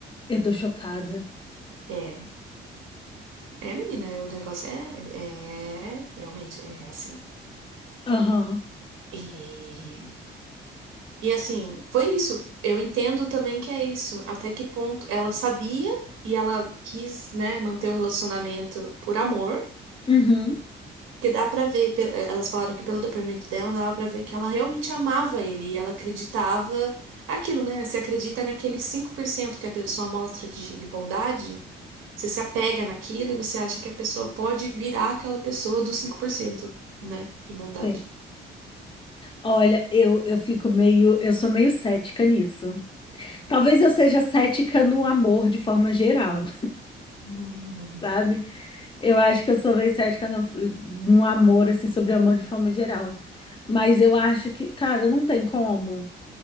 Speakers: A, on the left (about 25°); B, on the right (about 85°).
A: Eu tô chocada.
B: É, é, menina, o negócio é, é, é- realmente, é assim.
A: Aham.
B: E, e assim, foi isso. Eu entendo também que é isso. Até que ponto ela sabia e ela quis, né, manter o relacionamento por amor.
A: Uhum.
B: Porque dá pra ver, pe- eh, elas falaram que pelo depoimento dela, dava pra ver que ela realmente amava ele e ela acreditava aquilo, né? Você acredita naquele 5% que a pessoa mostra de, de bondade, você se apega naquilo e você acha que a pessoa pode virar aquela pessoa dos cinco por cento né? De bondade.
A: Sei. Olha, eu, eu fico meio. Eu sou meio cética nisso. Talvez eu seja cética no amor de forma geral,
B: <laughs> Hum.
A: <laughs> sabe? Eu acho que eu sou meio cética no, no amor, assim, sobre amor de forma geral. Mas eu acho que, cara, não tem como.